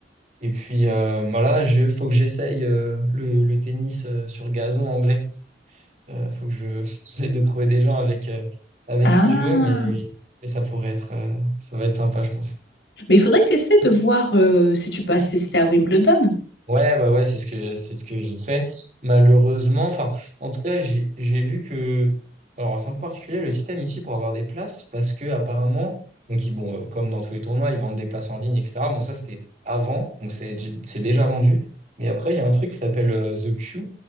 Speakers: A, on the right; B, on the left.
A: Et puis euh, bah là, je, faut que j'essaye euh, le, le tennis euh, sur gazon anglais. Euh, faut que je, <laughs> j'essaie de trouver des gens avec, euh, avec
B: Ah,
A: qui jouer, mais, mais ça pourrait être, euh, ça va être sympa, je pense.
B: mais il faudrait que tu essaies de voir euh, si tu peux assister à Wimbledon.
A: Ouais, bah ouais, c'est ce que c'est ce que j'ai fait. Malheureusement, enfin, en tout cas, j'ai j'ai vu que, alors c'est en particulier le système ici pour avoir des places, parce que apparemment, donc ils- bon, euh, comme dans tous les tournois, ils vendent des places en ligne, etc. Bon, ça c'était avant, donc c'est c'est déjà vendu. Mais après, il y a un truc qui s'appelle euh, The Queue,